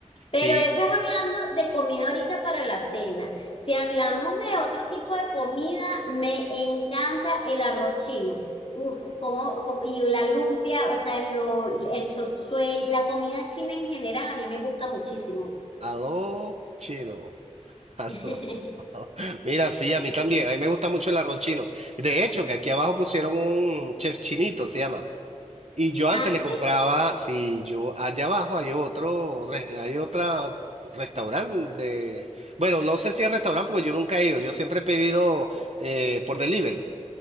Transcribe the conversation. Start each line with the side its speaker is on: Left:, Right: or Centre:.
Right: Sí,
Left: Pero eso es hablando de comida ahorita para la cena. Si hablamos de otro tipo de comida, me encanta el arroz chino. Uf, como, como- y la lumpia, o sea, lo- el chop suey, la comida china en general a mí me gusta muchísimo.
Right: aló, chino. Aló.
Left: <laughs>
Right: Mira, sí, a mí también. A mí me gusta mucho el arroz chino. De hecho, que aquí abajo pusieron un chef chinito, se llama. Y yo antes
Left: ¿Ah,
Right: le
Left: sí?
Right: compraba, si yo allá abajo hay otro, re- hay otra restaurante de, bueno, no sé si es restaurante porque yo nunca he ido. Yo siempre he pedido eh, por delivery.